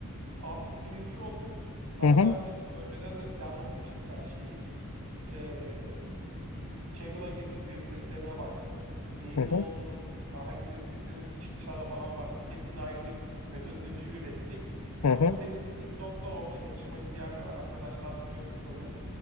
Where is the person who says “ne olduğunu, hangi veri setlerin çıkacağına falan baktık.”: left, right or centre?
Right